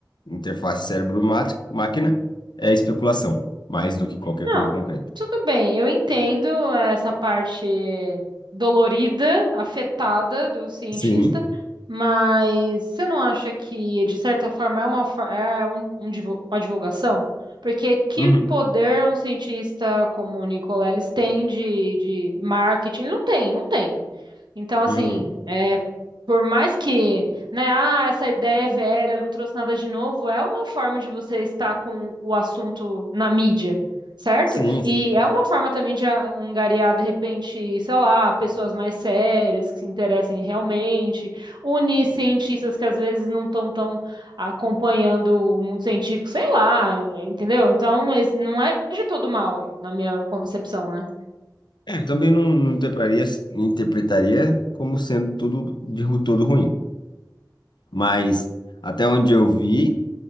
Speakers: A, on the left (about 75°); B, on the right (about 80°).
A: interface cérebro-máquina é especulação, mais do que qualquer
B: Não,
A: coisa concreta.
B: tudo bem, eu entendo essa parte dolorida, afetada do cientista,
A: Sim.
B: mas você não acha que, de certa forma, é uma, for- é é um, um divu- uma divulgação? Porque que
A: Uhum.
B: poder um cientista como o Nicoleles tem de, de marketing? Ele não tem, não tem. Então, assim,
A: Uhum.
B: é, por mais que, né, ah, essa ideia é velha, ela não trouxe nada de novo, é uma forma de você estar com o assunto na mídia, certo?
A: Sim,
B: E
A: sim.
B: é uma forma também de angariar, de repente, sei lá, pessoas mais sérias que se interessem realmente, unir cientistas que às vezes não estão tão tão acompanhando o mundo científico, sei lá, entendeu? Então, mas não é de todo mal, na minha concepção, né?
A: É, eu também não, não interpretaria, interpretaria como sendo tudo de ru- todo ruim. Mas até onde eu vi,